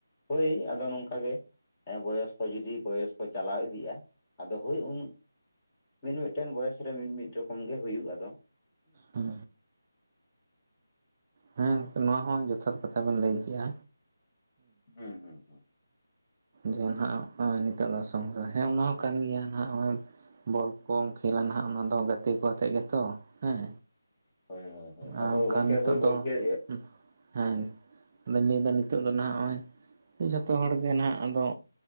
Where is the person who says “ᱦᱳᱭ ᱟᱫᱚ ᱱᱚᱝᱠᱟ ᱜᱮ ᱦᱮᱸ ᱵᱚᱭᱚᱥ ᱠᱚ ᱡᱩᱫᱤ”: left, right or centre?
Left